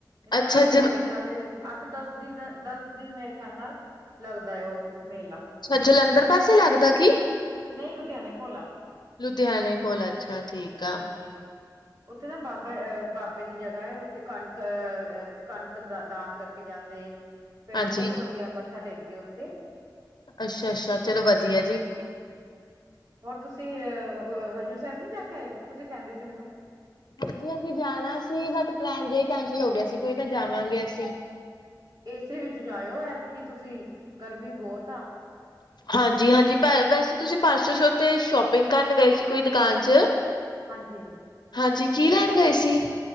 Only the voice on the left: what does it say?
ਅੱਛਾ ਜ,
ਅੱਛਾ ਜਲੰਧਰ ਪਾਸੇ ਲੱਗਦਾ ਕੀ?
ਲੁਧਿਆਣੇ ਕੋਲ ਅੱਛਾ। ਠੀਕ ਆ
ਹਾਂਜੀ
ਅੱਛਾ-ਅੱਛਾ ਚਲੋ ਵਧੀਆ
ਜੀ।
ਨਹੀਂ ਅਸੀਂ ਜਾਣਾ ਸੀ ਬਟ ਪਲੈਨ ਜਾ ਈ ਕੈਂਸਲ ਹੋ ਗਿਆ ਸੀ ਕੋਈ ਨਾ ਜਾਵਾਂਗੇ ਅਸੀਂ।
ਹਾਂਜੀ-ਹਾਂਜੀ ਵੈਸੇ ਤੁਸੀਂ ਪਰਸੋਂ ਸ਼ੋ ਤੇ ਸ਼ੋਪਿੰਗ ਕਰਨ ਗਏ ਸੀ ਕੋਈ ਦੁਕਾਨ ਚ।
ਹਾਂਜੀ ਕੀ ਲੈਣ ਗਏ ਸੀ?